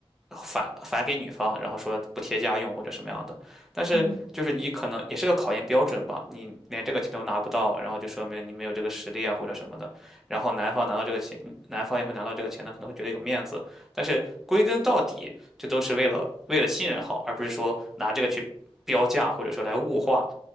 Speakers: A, in the centre; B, on the left (about 75°).
A: 返返给女方，然后说补贴家用或者什么样的。但是就是你可能也是个考验标准吧，
B: 嗯嗯嗯。
A: 你连这个钱都拿不到，然后就说明你没有这个实力啊或者什么的。然后男方拿到这个钱，男方也会拿到这个钱呢，可能会觉得有面子。但是归根到底，这都是为了为了信任好，而不是说拿这个去。标价或者说来物化，